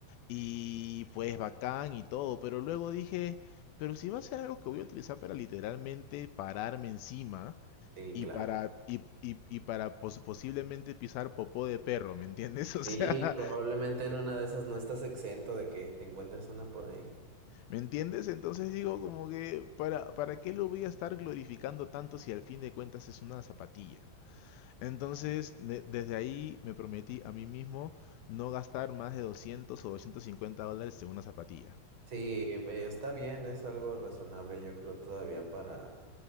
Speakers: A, on the left; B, on the right.
A: y pues bacán y todo, pero luego dije, pero si va a ser algo que voy a utilizar para literalmente pararme encima,
B: sí,
A: y
B: claro.
A: para, y, y, y para pos- posiblemente pisar popó de perro, ¿me entiendes? <laughs> O
B: Sí,
A: sea,
B: probablemente en una de esas no estás exento de que te encuentres una por ahí.
A: ¿me entiendes? Entonces digo como que, ¿para, para qué lo voy a estar glorificando tanto si al fin de cuentas es una zapatilla? Entonces, de- desde ahí me prometí a mí mismo no gastar más de 200 o 250 dólares en una zapatilla.
B: Sí, eh, está bien, es algo razonable, yo creo todavía para,